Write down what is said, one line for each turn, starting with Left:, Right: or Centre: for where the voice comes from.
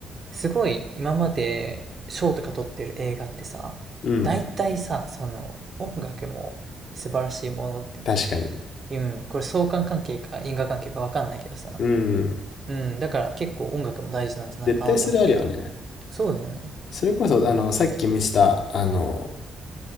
Right: すごい今まで賞とか取ってる映画ってさ、
Left: うん。
Right: 大体さ、その音楽も素晴らしいものって、
Left: 確かに。
Right: うん、これ相関関係か因果関係かわかんないけどさ、
Left: うん。
Right: うん、だから結構音楽も大事なんじゃないかなって思うけど、
Left: 絶対それあるよね。
Right: そうだよね。
Left: それこそ、あの、さっき見せた、あの、